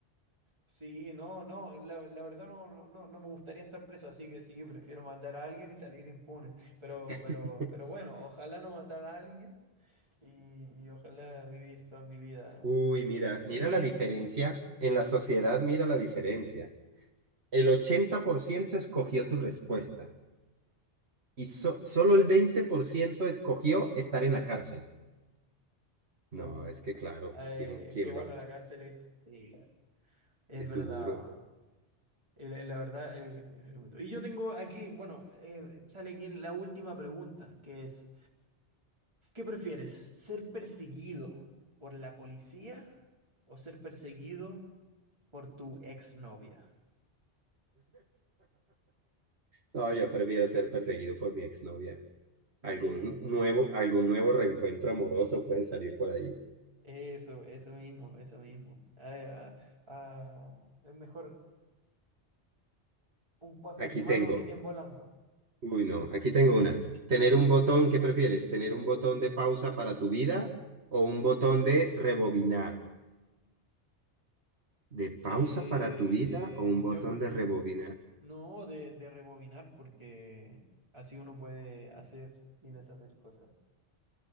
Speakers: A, on the right; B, on the right.
A: Sí, no, no, la, la verdad no, no, no no me gustaría estar preso, así que sí, prefiero matar a alguien y salir impune. Pero, pero,
B: <laughs>
A: pero bueno, ojalá no matar a alguien y, y ojalá vivir toda mi vida
B: Uy, mira,
A: bien,
B: mira la diferencia.
A: bien.
B: En la sociedad, mira la diferencia. El 80% escogió tu respuesta y so- solo el 20% escogió estar en la cárcel. No,
A: Uf,
B: es que claro,
A: eh,
B: ¿quién, quién
A: es que bueno,
B: va?
A: la cárcel es, sí, es
B: Es
A: verdad.
B: duro.
A: eh, La, la verdad, eh, es- es muy duro. y yo tengo aquí, bueno, eh, sale aquí la última pregunta, que es... ¿Qué prefieres? ¿Ser perseguido por la policía o ser perseguido por tu exnovia?
B: No, yo prefiero ser perseguido por mi exnovia.
A: Eh,
B: Algún nuevo, algún nuevo reencuentro amoroso puede salir por ahí.
A: eso, eso mismo, eso mismo. Ah, ah, ah, es mejor un pájaro
B: Aquí
A: en mano
B: tengo.
A: que 100 volando.
B: Uy, no, aquí tengo una. Tener un botón, ¿qué prefieres? ¿Tener un botón de pausa para tu vida o un botón de rebobinar? ¿De pausa
A: Eh,
B: para tu vida o un botón
A: yo
B: de rebobinar?
A: no de, de rebobinar porque así uno puede hacer y deshacer cosas.